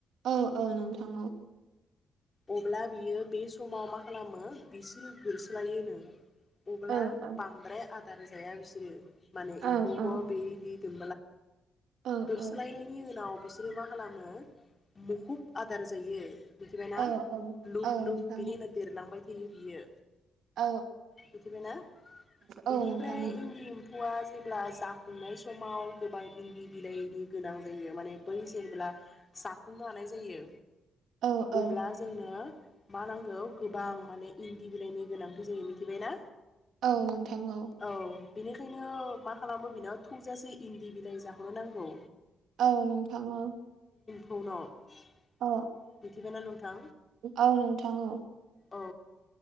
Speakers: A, on the right (about 65°); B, on the left (about 30°).
A: अ अ नोंथां औ
B: अब्ला बियो बे समाव मा खालामो बिसोरो गोरस्लायोनो अब्ला
A: औ औ
B: बांद्राय आग दार जाया बिसोरो माने
A: औ
B: एम्फौखौ
A: औ
B: बेइ दि <unintelligible>
A: औ
B: दोरस्लायनायनि उनाव बिसोरो मा खालामो मुखुब आदार जायो मिथिबायना
A: औ
B: लुप
A: औ
B: लुप
A: नोंथां
B: बिनि उनाव देरलांबाय होयो बियो
A: औ
B: मिथिबायना बेनिफ्राय
A: औ नोंथां औ
B: इन्दि एम्फौआ जेब्ला जाफुंनाय समाव गोबां इन्दि बिलाइनि गोनां जायो माने बै जेब्ला जाफुंनो हानाय जायो
A: औ
B: अब्ला
A: औ
B: जोंनो मा नांगौ गोबां माने इन्दि बिलाइनि गोनांथि जायो मिथिबायना
A: औ नोंथां
B: औ बेनिखायनो मा खालामो बेनाव थौजासेै इन्दि बिलाय जाहन नांगौ
A: औ नोंथां औ
B: <unintelligible>
A: औ
B: मिथिबायना नोंथां
A: औ नोंथां औ
B: औ